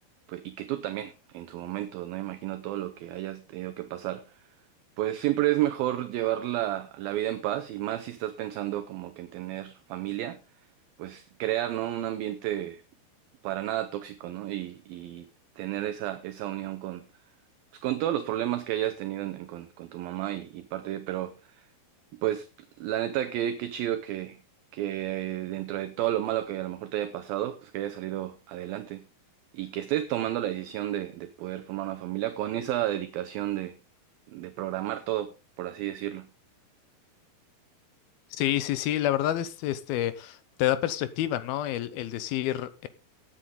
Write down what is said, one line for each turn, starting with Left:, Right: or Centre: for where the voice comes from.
Right: pues y que tú también en su momento, ¿no? Imagino todo lo que hayas tenido que pasar. Pues siempre es mejor llevar la, la vida en paz y más si estás pensando como que en tener familia, pues crear, ¿no? Un ambiente para nada tóxico, ¿no? Y, y tener esa, esa unión con, pues, con todos los problemas que hayas tenido en- en- con, con tu mamá y, y parte de, pero pues la neta que qué chido que, que dentro de todo lo malo que a lo mejor te haya pasado, pues que hayas salido adelante y que estés tomando la decisión de, de poder formar una familia con esa dedicación de, de programar todo, por así decirlo.
Left: Sí, sí, sí, la verdad es, este, te da perspectiva, ¿no? El, el decir,